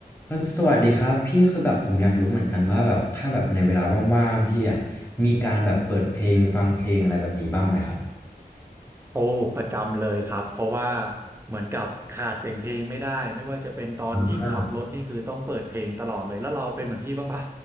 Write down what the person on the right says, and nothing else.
โอ้ประจำเลยครับเพราะว่าเหมือนกับขาดเสียงเพลงไม่ได้ไม่ว่าจะเป็นตอนยิ่งขับรถนี่คือต้องเปิดเพลงตลอดเลยแล้วเราเป็นเหมือนพี่บ้างปะ